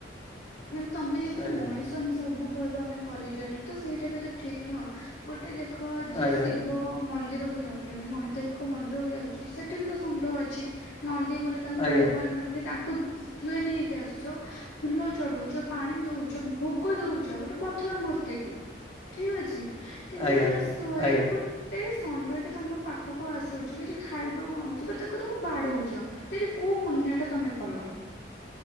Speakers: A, on the left; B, on the left.
A: କିନ୍ତୁ ତମେ ଯଦି
B: ଆଜ୍ଞା
A: ମଣିଷ ହିଁ ସବୁ କହିବ ଆମେ କରିଚାଲିବୁ ତ ସେଇଟା ବି ତ ଠିକ୍ ନୁହଁ। ଗୋଟେ ଦେଖ ଯିଏ
B: ଆଜ୍ଞା
A: ଶିବ ମନ୍ଦିର କୁ ଯାଉଚନ୍ତି ମହାଦେବଙ୍କ ମନ୍ଦିର କୁ ଯାଉଚି ସେଠି ବି ତ ଷଣ୍ଡ ଅଛି। ନନ୍ଦୀ ବୋଲି ତାଙ୍କୁ
B: ଆଜ୍ଞା ଆଜ୍ଞା ଆଜ୍ଞା।
A: ଭଗବାନ ମାନେ କି ତାଙ୍କୁ ତିଆରି ହେଇକି ଆସୁଚ ଫୁଲ ଚଢଉଚ ପାଣି ଦଉଚ ଭୋଗ ଦଉଚ ଗୋଟେ ପଥର ମୂର୍ତ୍ତିକୁ ଠିକ୍ ଅଛି। କିନ୍ତୁ
B: ଆଜ୍ଞା
A: ସେତବେଳେ ସ୍ଵୟଂ
B: ଆଜ୍ଞା
A: ଗୋ ଏ ଷଣ୍ଢଟି ତମ ପାଖକୁ ଆସୁଚି କିଛି ଖାଇବାକୁ ମାଗୁଛି ବା ତାକୁ ତମ ବାଡଉଚ। ତ କୋଉଠି କୋଉ ପୁଣ୍ୟ ଟା ତମେ କଲ?